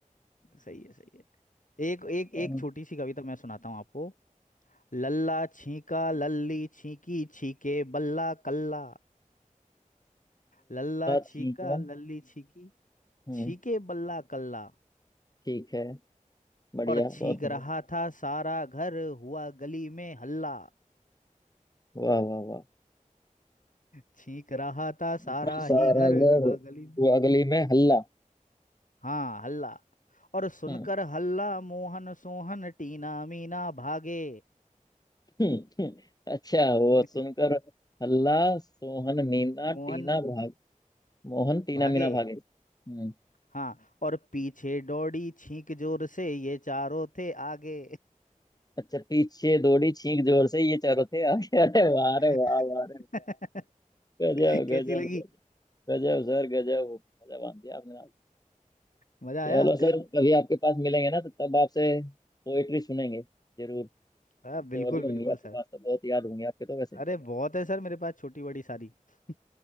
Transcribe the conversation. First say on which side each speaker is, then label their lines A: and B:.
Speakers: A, on the left; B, on the left.
A: सही है सही है एक एक
B: लल्ला
A: एक छोटी सी कविता मैं सुनाता हूँ आपको लल्ला छीका लल्ली छीकी छीके बल्ला कल्ला लल्ला
B: छीका
A: छीका लल्ली छीकी
B: हम्म
A: छीके बल्ला कल्ला
B: ठीक है बढ़िया
A: और
B: बहुत
A: छींक
B: बढ़िया
A: रहा था सारा घर हुआ गली में हल्ला
B: वाह वाह वाह
A: छींक रहा था सारा
B: बता सारा
A: ही घर
B: घर
A: हुआ गली में
B: वो अगली में हल्ला
A: हाँ हल्ला और सुनकर
B: हम्म
A: हल्ला मोहन सोहन टीना मीना भागे
B: <laughs> अच्छा वो
A: <laughs>
B: सुनकर हल्ला सोहन मीना टीना
A: मोहन
B: भाग मोहन टीना
A: भागे
B: मीना भागे हम्म
A: हाँ और पीछे दौड़ी छींक जोर से ये चारों थे आगे
B: अच्छा पीछे दौड़ी छींक जोर से ये चारों थे आगे <laughs> अरे वाह अरे
A: <laughs>
B: वाह वाह अरे वाह। गजब
A: कैसी
B: गजब
A: लगी
B: गजब गजब सर गजब मजा बांध दिया आपने
A: मजा
B: चलो
A: आया
B: सर कभी आपके पास मिलेंगे ना तो तब आपसे पोएट्री सुनेंगे जरूर
A: हाँ
B: तो
A: बिल्कुल
B: और भी
A: बिल्कुल
B: होंगी आपके
A: सर
B: पास तो बहुत याद होंगी आपके तो वैसे
A: अरे बहुत है सर मेरे पास छोटी बड़ी सारी <laughs>